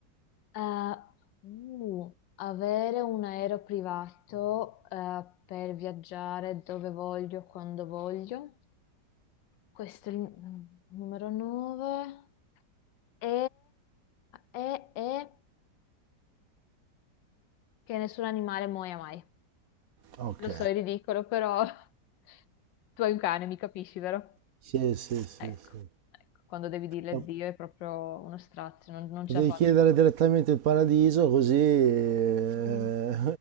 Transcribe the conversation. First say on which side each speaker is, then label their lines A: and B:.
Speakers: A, on the left; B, on the right.
A: Eh, uh, avere un aereo privato, eh, per viaggiare dove voglio, quando voglio. Questo è il numero 9. E, e, e che nessun animale muoia mai.
B: Ok.
A: Lo so, è ridicolo, però <laughs> tu hai un cane, mi capisci, vero?
B: Sì, sì, sì,
A: Ecco,
B: sì.
A: ecco, quando devi dirle addio
B: Eh,
A: è proprio uno strazio, non, non
B: Potevi
A: ce la faccio.
B: chiedere direttamente il paradiso così, eh,
A: Mm.